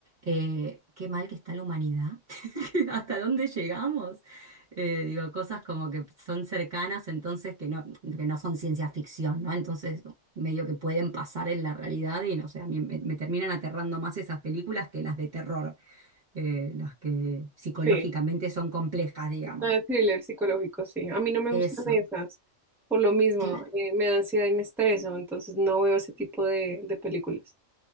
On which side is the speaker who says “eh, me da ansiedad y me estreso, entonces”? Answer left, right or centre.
Centre